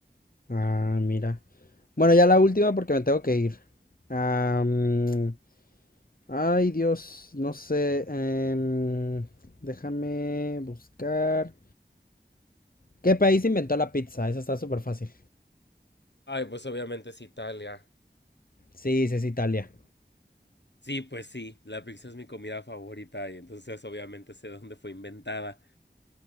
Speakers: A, on the left; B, on the left.
A: Ah, mira. Bueno, ya la última porque me tengo que ir. Am, Ay, Dios, no sé. em, déjame buscar. ¿Qué país inventó la pizza? Esa está súper fácil.
B: Ay, pues obviamente es Italia.
A: Sí, sí, es Italia.
B: Sí, pues sí, la pizza es mi comida favorita y entonces obviamente sé dónde fue inventada.